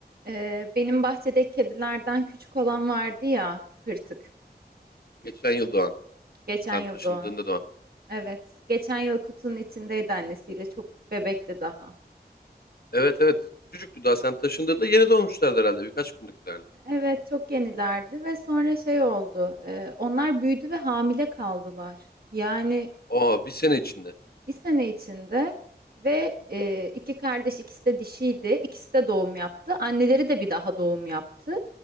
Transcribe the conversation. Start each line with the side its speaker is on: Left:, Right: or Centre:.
Right: Ee, benim bahçedeki kedilerden küçük olan vardı ya, pırtık.
Left: Geçen yıl doğan.
Right: Geçen
Left: Sen
Right: yıl
Left: taşındığında
Right: doğan.
Left: doğan.
Right: Evet, geçen yıl kutunun içindeydi annesiyle. Çok bebekti daha.
Left: Evet evet. Çocuktu daha sen taşındığında yeni doğmuşlardı herhalde. Birkaç günlüklerdi.
Right: Evet, çok yenilerdi ve sonra şey oldu. e, onlar büyüdü ve hamile kaldılar. Yani
Left: Aa bir sene içinde.
Right: bir sene içinde ve e, iki kardeş ikisi de dişiydi. İkisi de doğum yaptı. Anneleri de bir daha doğum yaptı.